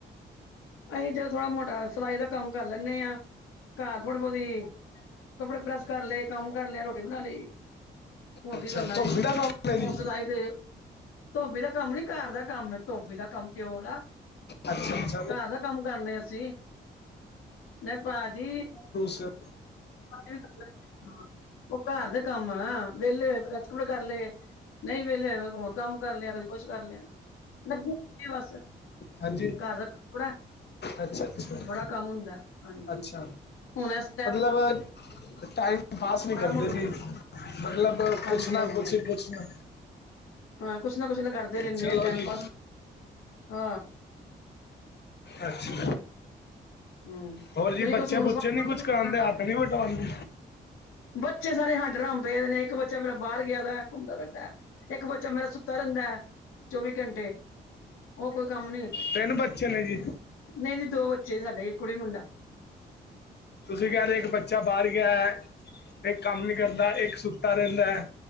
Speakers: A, on the left; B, on the left.
A: ਅਸੀਂ ਜ ਥੋੜਾ ਮੋਟਾ ਸਿਲਾਈ ਦਾ ਕੰਮ ਕਰ ਲੈਂਦੇ ਹਾਂ, ਘਰ ਥੋੜਾ ਬਹੁਤੀ ਕੱਪੜੇ ਪ੍ਰੈੱਸ ਕਰ ਲਏ, ਕੰਮ ਕਰ ਲਿਆ, ਰੋਟੀ ਬਣਾ ਲੀ ਹੋਰ
B: ਅੱਛਾ
A: ਕੀ ਕਰਨਾ
B: ਧੋਬੀ
A: ਜੇ,
B: ਦਾ ਕੰਮ ਹੈ
A: ਹੁਣ
B: ਜੀ
A: ਸਿਲਾਈ ਦੇ ਧੋਬੀ ਦਾ ਕੰਮ ਨੀ, ਘਰ ਦਾ ਕੰਮ, ਧੋਬੀ ਦਾ ਕੰਮ ਪਿਓ ਵਾਲਾ
B: ਅੱਛਾ-ਅੱਛਾ
A: ਘਰ ਦਾ ਕੰਮ ਕਰਨੇ ਅਸੀਂ, ਮੈਂ ਭਰਾਜੀ
B: ਚ
A: <unintelligible> ਹਾਂ ਉਹ ਘਰ ਦੇ ਕੰਮ ਆ ਵਿਹਲੇ ਹੋਏ ਪ੍ਰੈਸ ਪ੍ਰੈਸੂਲ ਕਰ ਲਏ ਨਹੀਂ ਵਿਹਲੇ ਹੋ ਕੰਮ ਕਰ ਲਿਆ, ਕਦੀ ਕੁਛ ਕਰ ਲਿਆ, ਲੱਗੀ ਹੋਈ ਬਸ
B: ਹਾਂਜੀ
A: ਘਰ ਰੱਖ ਥੋੜਾ,
B: ਅੱਛਾ ਅੱਛਾ
A: ਬੜਾ ਕੰਮ ਹੁੰਦਾ ਹਾਂਜੀ
B: ਅੱਛਾ
A: ਹੁਣ ਇਸ ਟੈਮ
B: ਟਾਈਮ ਪਾਸ ਨੀ ਕਰਦੇ
A: ਮੋਟਾ
B: ਸੀ। ਮਤਲਬ
A: ਹਾਂਜੀ
B: ਕੁਛ ਨਾ
A: ਹਾਂਜੀ
B: ਕੁਛ, ਕੁਛ ਨਾ
A: ਹਾਂ ਕੁਛ ਨਾ ਕੁਛ ਤਾਂ ਕਰਦੇ ਰਹਿੰਦੇ
B: ਚਲੋ
A: ਆ, ਟੈਮ
B: ਜੀ
A: ਪਾਸ ਹਾਂ।
B: ਅੱਛਾ।
A: ਹੂੰ
B: ਹੋਰ ਜੀ
A: ਤੁਸੀਂ
B: ਬੱਚੇ
A: ਕੋਈ ਸੂਟ
B: ਬੁੱਚੇ
A: ਸਵਾ
B: ਨੀ ਕੁਝ ਕਰਾਂਦੇ, ਹੱਥ ਨੀ ਵਟਾਉਂਦੇ।
A: ਬੱਚੇ ਸਾਰੇ ਹੱਡਰਮ ਪਏ ਦੇ ਨੇ, ਇੱਕ ਬੱਚਾ ਮੇਰਾ ਬਾਰ ਗਿਆ ਦਾ, ਘੁੰਮਦਾ ਫਿਰਦਾ ਐ, ਇੱਕ ਬੱਚਾ ਮੇਰਾ ਸੁੱਤਾ ਰਹਿੰਦਾ ਹੈ ਚੌਵੀ ਘੰਟੇ। ਉਹ ਕੋਈ ਕੰਮ ਨੀ,
B: ਤਿੰਨ ਬੱਚੇ ਨੇ ਜੀ
A: ਨਹੀਂ ਜੀ ਦੋ ਬੱਚੇ ਸਾਡੇ, ਕੁੜੀ- ਮੁੰਡਾ।
B: ਤੁਸੀਂ ਕਹਿ ਰਹੇ ਇੱਕ ਬੱਚਾ ਬਾਰ ਗਿਆ ਐ, ਇੱਕ ਕੰਮ ਨੀ ਕਰ ਦਾ, ਇੱਕ ਸੁੱਤਾ ਰਹਿੰਦਾ ਐ।